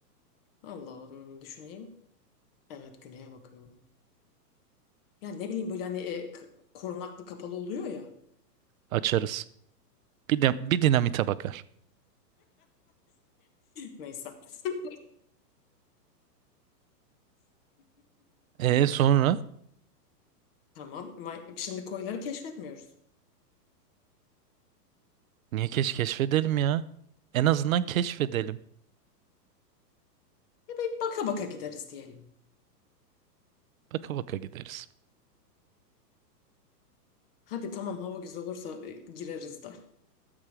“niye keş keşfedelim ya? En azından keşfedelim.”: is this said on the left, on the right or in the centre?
Right